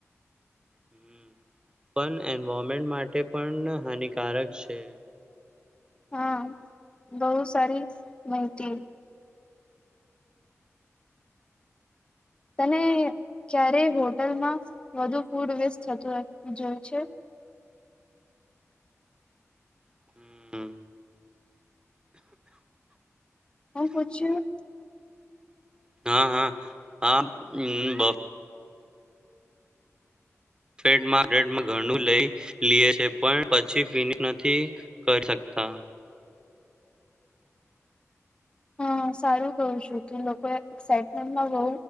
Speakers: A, on the right (about 15°); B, on the left (about 20°).
A: હમ્મ. પણ એન્વારમેન્ટ માટે પન હાનિકારક છે.
B: હા બહું સારી માહિતી તને ક્યારે હોટલમાં વધુ ફૂડ વેસ્ટ થતું જોયું છે?
A: હમ
B: હું પુછયું
A: હા, હા, હા, હમ્મ બ <unintelligible> ઘણું લઈ લ્યે છે, પણ પછી ફિનિશ નથી કરી શકતા.
B: હા સારું કહું છું તું. લોકોએ એક્સઇટમેન્ટમાં બહુ